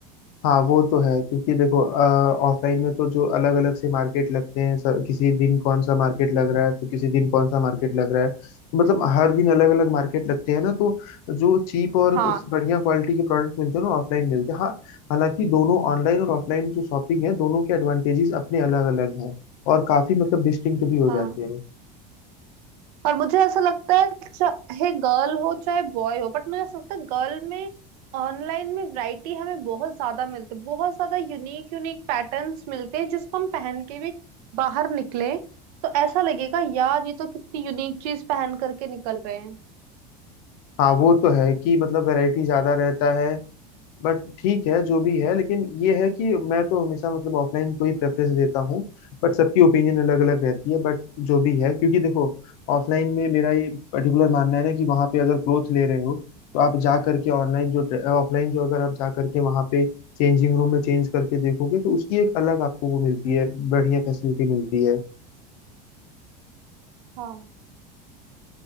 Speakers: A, on the left; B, on the right.
A: हाँ वो तो है क्योंकि देखो ऑफलाइन में तो जो अलग अलग से मार्केट लगते हैं स- किसी दिन कौन सा मार्केट लग रहा है तो किसी दिन कौन सा मार्केट लग रहा है तो मतलब हर दिन अलग अलग मार्केट लगते हैं ना तो जो चीप और
B: हाँ
A: बढ़िया क्वालिटी के प्रोडक्ट मिलते हैं ना ऑफलाइन मिलते हैं हाँ हालांकि दोनों ऑनलाइन और ऑफलाइन जो शॉपिंग है दोनों के एडवांटेजेस अपने अलग अलग हैं और काफी मतलब डिस्टिंक्ट भी हो
B: हाँ
A: जाते हैं
B: और मुझे ऐसा लगता है चाहे गर्ल हो चाहे बॉय हो बट मुझे ऐसा लगता है गर्ल में ऑनलाइन में वैरायटी हमें बहुत ज्यादा मिलती है बहुत ज्यादा यूनिक यूनिक पैटर्न्स मिलते हैं जिसको हम पहन के भी बाहर निकले तो ऐसा लगेगा यार ये तो कितनी यूनिक चीज पहन करके निकल रहे हैं
A: हाँ वो तो है कि मतलब वैरायटी ज्यादा रहता है बट ठीक है जो भी है लेकिन ये है कि मैं तो हमेशा मतलब ऑफलाइन को ही प्रेफरेंस देता हूँ बट सबकी ओपिनियन अलग अलग रहती है बट जो भी है क्योंकि देखो ऑफलाइन में मेरा ये पर्टिकुलर मानना है ना कि वहाँ पे अगर क्लोथ ले रहे हो तो आप जा करके ऑनलाइन जो ऑफलाइन जो अगर आप जा करके वहाँ पे चेंजिंग रूम में चेंज करके देखोगे तो उसकी एक अलग आपको वो मिलती है बढ़िया फैसिलिटी मिलती है
B: हाँ